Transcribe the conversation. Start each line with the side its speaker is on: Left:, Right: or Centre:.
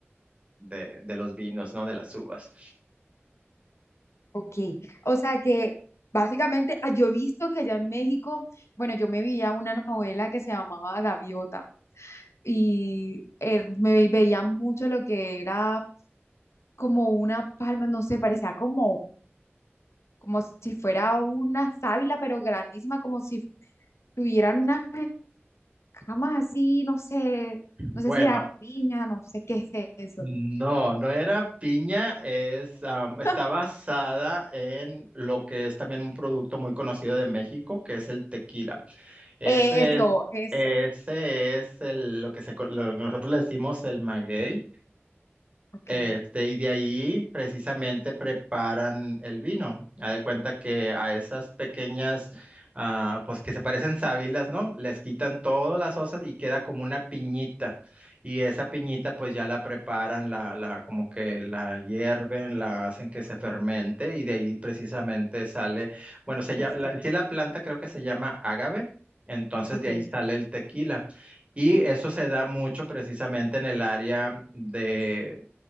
Right: de, de los vinos, ¿no? De las uvas.
Left: ok. O sea que básicamente ah, yo he visto que allá en México, bueno, yo me veía una novela que se llamaba Gaviota y eh, me veía mucho lo que era como una palma, no sé, parecía como como si fuera una sábila, pero grandísima, como si tuvieran unas escamas así, no sé, no
Right: Bueno,
Left: sé si era piña, no sé qué es eso.
Right: no, no era piña, es, am, está
Left: <laughs>
Right: basada en lo que es también un producto muy conocido de México, que es el tequila. Ese
Left: Eso,
Right: es,
Left: eso.
Right: ese es el, lo que se co- lo que nosotros le decimos el maguey.
Left: Ok,
Right: Este, y de ahí precisamente preparan el vino. Haz de cuenta que a esas pequeñas, ah, pues que se parecen sábilas, ¿no? Les quitan todas las osas y queda como una piñita. Y esa piñita pues ya la preparan, la, la, como que la hierven, la hacen que se fermente y de ahí precisamente sale, bueno, se
Left: el
Right: llama, la,
Left: tequi.
Right: en sí la planta creo que se llama agave. entonces
Left: Ok.
Right: de ahí sale el tequila. Y eso se da mucho precisamente en el área de,